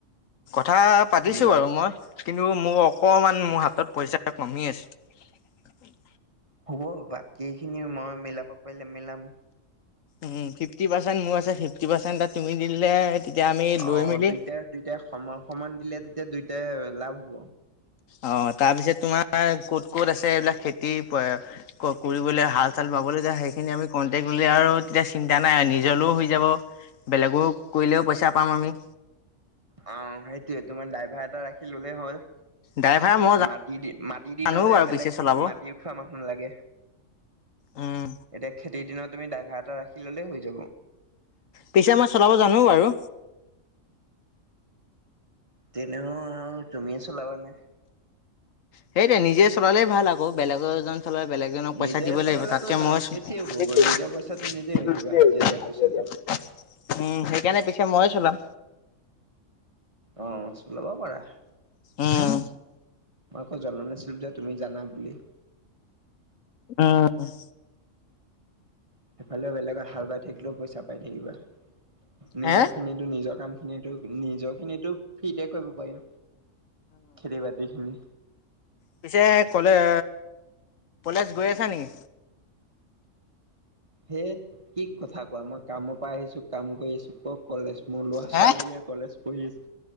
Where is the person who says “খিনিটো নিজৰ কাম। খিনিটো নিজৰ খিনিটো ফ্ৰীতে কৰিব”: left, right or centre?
Right